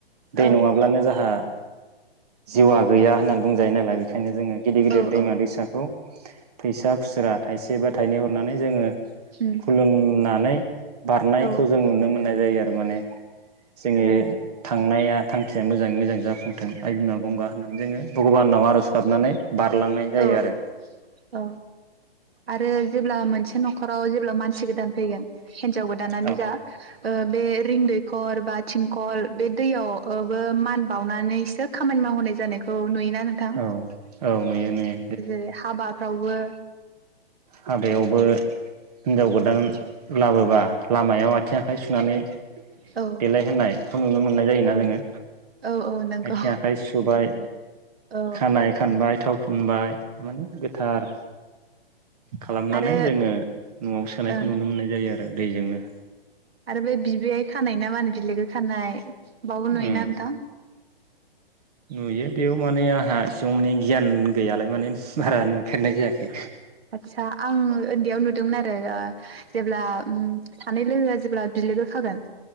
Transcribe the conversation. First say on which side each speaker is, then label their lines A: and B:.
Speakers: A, on the right; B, on the right.
A: दै
B: ओ
A: नङाब्लानो जाहा जिउआ गैया होननानै बुंजायो नालाय बेखायनो जोङो गिदिर गिदिर
B: औ
A: दैमा
B: औ
A: दैसाखौ फैसा खुस्रा थाइसेबा थाइनै हरनानै जोङो
B: उम
A: खुलुमनानै बारनायखौ
B: औ ओ
A: जों नुनो मोननाय जायो आरो माने जोङनि थांनाया थांखिया मोजाङै मोजां जाफुंथों आइ बिमा गंगा होननानै जोङो भगबानाव आरज गाबनानै बारलांनाय जायो
B: ओ
A: आरो
B: औ आरो जेब्ला मोनसे न'खराव जेब्ला मानसि गोदान फैगोन हिन्जाव गोदानानो
A: औ
B: जा ओ आरोबे रिंदैखर बा थिंखल बे दैयाव ओबो मान बावनानैसो खामानि मावहोनाय जानायखौ नुयोना? थां
A: औ औ नुयो नुयो
B: जेरै हाबाफ्रावबो
A: हाबायावबो हिनजाव गोदान लाबोबा लामायाव आथिं आखाइ सुनानै
B: औ
A: देलाय होननायखौ नुनो मोननाय जायोना
B: औ
A: जोङो
B: औ नंगौ
A: आथिं आखाइ सुबाय
B: औ
A: खानाय खानबाय थाव फुनबाय माने गोथार खालामनानै
B: आरो
A: जोङो न'आव सोनायखौ
B: ओं
A: नुनो मोननाय जायो आर रो दैजोंनो
B: आरो बे बिबैयाय खानाय ना मा होनो? बिलोगो खानाय बावबोनुयोना
A: उम
B: नोंथां?
A: नुयो बेयाव माने आंहा एसेबां माने गियान गैयालाय माने बारा नुफेरनाय जायाखै।
B: आदसा आं उन्दैयाव <unintelligible> जेब्ला उम सानै लोगोआ जेब्ला बिलोगो खागोन